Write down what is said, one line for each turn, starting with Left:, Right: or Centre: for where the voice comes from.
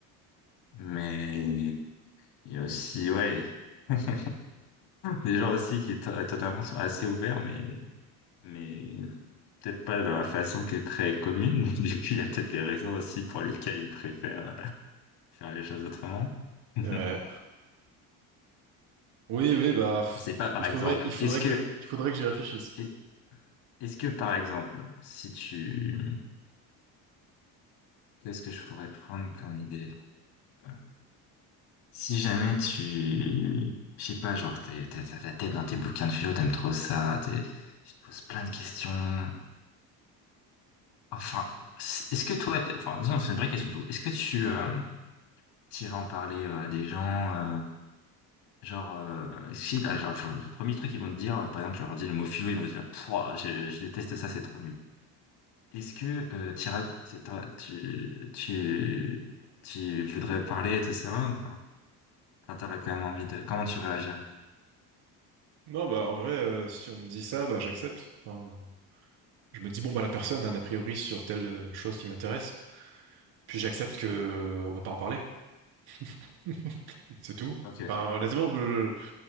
Left: Mais il y a aussi, ouais, <laughs> des gens aussi qui to- totalement sont assez ouverts, mais, mais peut-être pas dans la façon qui est très commune. <laughs> Du coup, il y a peut-être des raisons aussi pour lesquelles ils préfèrent faire les choses autrement. <laughs> Je
Right: Ouais. Oui oui bah f-
Left: sais pas, par
Right: il
Left: exemple,
Right: faudrait il faudrait
Left: est-ce que,
Right: que il faudrait que j'y réfléchisse.
Left: est- est-ce que, par exemple, si tu, qu'est-ce que je pourrais prendre comme idée? Enfin, Si jamais tu, je sais pas, genre, t'es, t'es- t'as ta tête dans tes bouquins de philo, t'aimes trop ça, t'es- tu te poses plein de questions. Enfin, c- est-ce que toi, enfin, non, c'est une vraie question. pour vous. Est-ce que tu euh, t'irais en parler euh, à des gens, euh, genre, euh, si, là, genre, le le premier truc qu'ils vont te dire, euh, par exemple, tu leur dis le mot philo, ils vont te dire, Pouah, je, je déteste ça, c'est trop nul. Est-ce que euh, t'iras- t'iras- tu, tu, tu voudrais parler, etc., ou pas? Enfin, t'aurais quand même envie de, comment tu réagirais?
Right: Non bah en vrai euh, si on me dit ça bah j'accepte. Enfin, je me dis bon bah la personne a un a priori sur telle euh, chose qui m'intéresse. Puis j'accepte que euh, on va pas en parler. <laughs> C'est tout.
Left: Ok,
Right: Enfin, honnêtement, je...